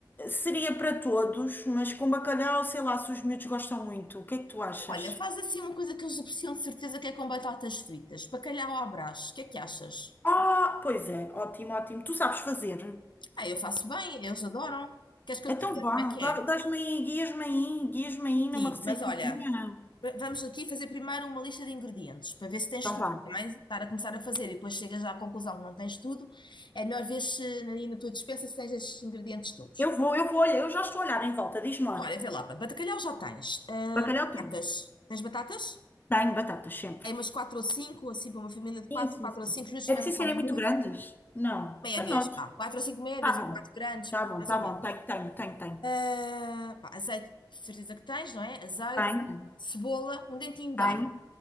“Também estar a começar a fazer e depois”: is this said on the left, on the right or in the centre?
Left